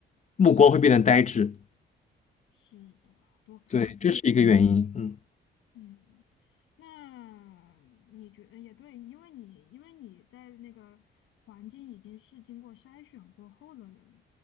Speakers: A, on the left (about 35°); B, on the left (about 85°).
A: 目光会变得呆滞。
B: 是的，多看。
A: 对，这是一个原因。嗯。
B: 嗯，那你觉得也对，因为你因为你在那个环境已经是经过筛选过后的人了。